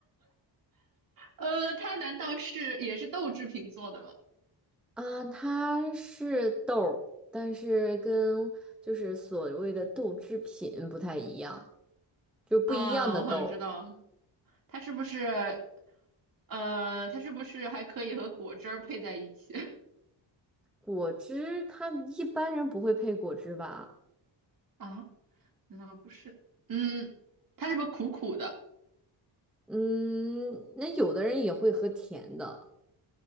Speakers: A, on the right; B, in the centre.
A: 呃，它难道是也是豆制品做的吗？
B: 啊，它是豆儿，但是跟就是所谓的豆制品不太一样，就是不一样的豆。
A: 啊，我好像知道，它是不是呃，它是不是还可以和果汁儿配在一起
B: 果汁，它一般人不会配果汁吧？
A: <laughs> 啊？难道不是？嗯，它是不是苦苦的
B: 嗯，那有的人也会喝甜的